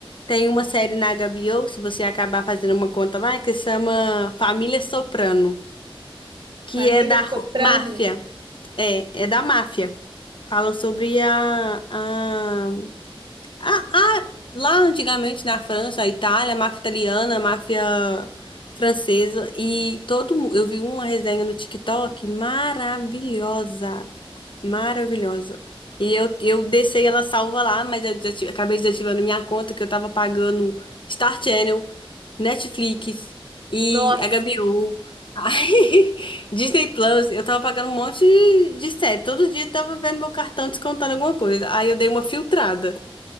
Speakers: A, on the left; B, on the right.
A: Tem uma série na HBO, se você acabar fazendo uma conta lá, que se chama Família Soprano, que
B: Família
A: é da Ru-
B: Soprano.
A: máfia. É, é da máfia. Falam sobre a, a, ah, ah, lá antigamente na França, Itália, máfia italiana, máfia francesa e todo mundo. Eu vi uma resenha no TikTok maravilhosa, maravilhosa. E eu, eu deixei ela salva lá, mas eu desati- acabei desativando minha conta que eu tava pagando Star Channel, Netflix e
B: Nossa.
A: HBO, aí, <laughs> Disney Plus. Eu tava pagando um monte de de série. Todo dia eu tava vendo meu cartão descontando alguma coisa. Aí eu dei uma filtrada.